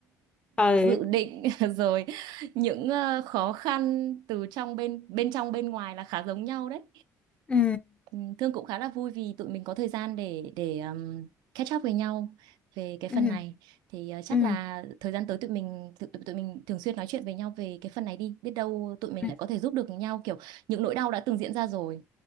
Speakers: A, on the left (about 15°); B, on the right (about 85°).
A: ờ,
B: dự định <laughs> rồi những ờ, khó khăn từ trong bên bên trong bên ngoài là khá giống nhau đấy.
A: ừ
B: Ừ, Thương cũng khá là vui vì tụi mình có thời gian để để ừm, catch up với nhau về cái phần
A: ừ
B: này. Thì ờ, chắc
A: ừ
B: là thời gian tới tụi mình tụi, tụi mình thường xuyên nói chuyện với nhau về cái phần này đi, biết đâu tụi mình
A: ừ
B: lại có thể giúp được nhau kiểu những nỗi đau đã từng diễn ra rồi